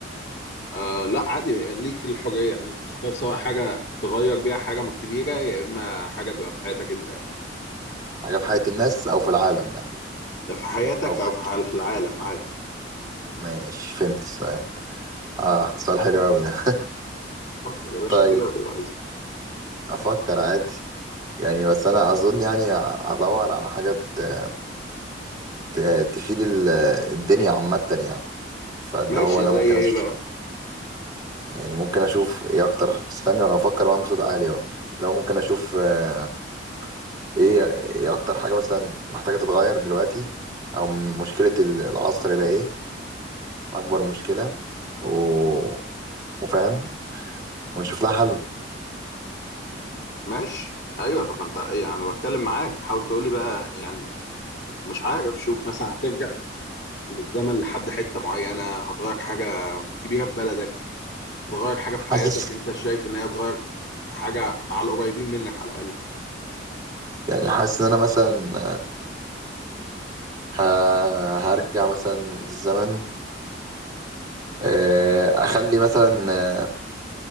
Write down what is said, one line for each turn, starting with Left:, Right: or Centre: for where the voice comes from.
Left: آه لا عادي ليك الحرية ان انت تختار سواء حاجة تغير بيها حاجة كبيرة يا اما حاجة تبقى في حياتك انت يعني.
Right: حاجة في حياة الناس او في العالم يعني
Left: يا في حياتك
Right: او في
Left: او
Right: حاجة.
Left: في حال العالم عادي
Right: ماشي فهمت السؤال اه سؤال حلو قوي ده
Left: فكر يا باشا
Right: <laughs> طيب
Left: كده وعايزك
Right: افكر عادي يعني بس انا اظن يعني ادور على حاجة ت- ت- تفيد ال- الدنيا عامة يعني فاللي
Left: ماشي
Right: هو انا
Left: زي
Right: ممكن
Left: ايه
Right: أش...
Left: بقى
Right: يعني ممكن اشوف ايه اكتر استنى انا افكر معاك بصوت عالي اهو لو ممكن اشوف آه، ايه ايه اكتر حاجة مثلا محتاجة تتغير دلوقتي او من مشكلة ال- العصر ده ايه اكبر مشكلة و... وفاهم ونشوف لها حل
Left: ماشي ايوه طب ما انت ايه انا بتكلم معاك حاول تقولي بقى يعني مش عارف شوف مثلا هترجع بالزمن لحد حته معينه هتغير حاجه كبيره في بلدك هتغير حاجه في
Right: حاسس
Left: حياتك انت شايف ان هي هتغير حاجه على القريبين منك على الاقل
Right: يعني حاسس ان انا مثلا ه... هرجع مثلا للزمن آه، اخلي مثلا آه،